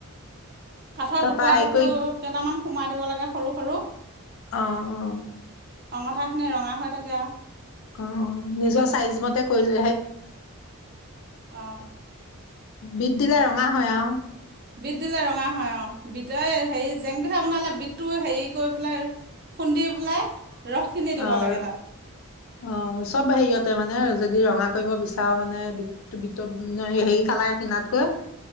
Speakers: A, on the right (about 45°); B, on the left (about 65°).
A: কাঠৰ
B: তাৰপা
A: টুকুৰা-
B: হেৰি
A: টুকুৰ
B: কৰি
A: কেইটামান সোমাই দিব লাগে। সৰু - সৰু,
B: অহ, - অ,
A: অঙঠাখিনি ৰঙা হৈ থাকে আও।
B: অ' নিজৰ চাইজ মতে কৰি লোৱাহেইত।
A: অহ,
B: বিট দিলে ৰঙা হয় আও।
A: বিট দিলে ৰঙা হয় অ', বিট ঐ হেৰি জেং পিঠা বনালে বিটটো হেৰি কৰি পেলাই, খুন্দি পেলাই, ৰসখিনি দিব
B: অ'
A: লাগে তাত
B: অ চব হেৰিয়তে মানে যদি ৰঙা, কৰিব বিচাৰো মানে বিট বিটৰ হেৰি কালাৰ কিনাতকৈ,